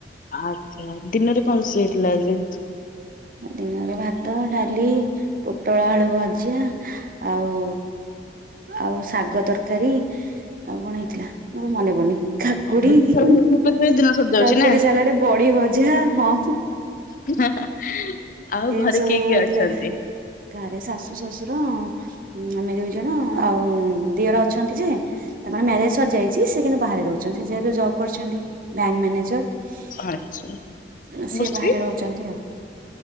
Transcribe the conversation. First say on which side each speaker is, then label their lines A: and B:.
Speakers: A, on the left; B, on the right.
A: ଆଚ୍ଛା ଦିନରେ କଣ ରୋଷେଇ ହେଇଥିଲା ଆଜି?
B: ଦିନରେ ଭାତ ଡାଲି ପୋଟଳ ଆଳୁ ଭଜା ଆଉ ଆଉ ଶାଗ ତରକାରୀ। ଆଉ କଣ ହେଇଥିଲା ମୋର ମନେ ପଡ଼ୁନି କାକୁଡ଼ି
A: ଦିନ ଦିନ ସରି ଯାଉଛି
B: କାକୁଡ଼ି
A: ନା
B: ସାଲାଟେ ବଢି ଭଜା ହଁ।
A: <unintelligible> ଆଉ
B: ଏନ
A: ଘରେ
B: ସବୁ
A: କିଏ
B: ବଇଥିଲା
A: କିଏ ଅଛନ୍ତି?
B: ଘରେ ଶାଶୁ ଶଶୁର ଉଁ ଆମେ ଦୁଇ ଜଣ ଆଉ ଦିଅର ଅଛନ୍ତି ଯେ ତାଙ୍କ ମ୍ୟାରେଜ ସରଯାଇଛି ସେ କିନ୍ତୁ ବାହାରେ ରହୁଛନ୍ତି ସେ ଯେହେତୁ ଜବ୍ କରିଛନ୍ତି ବ୍ୟାଙ୍କ ମ୍ୟାନେଜର।
A: ଆଚ୍ଛା ତାଙ୍କ
B: ସିଏ
A: ସ୍ତ୍ରୀ
B: ବାହାରେ ରହୁଛନ୍ତି ଆଉ।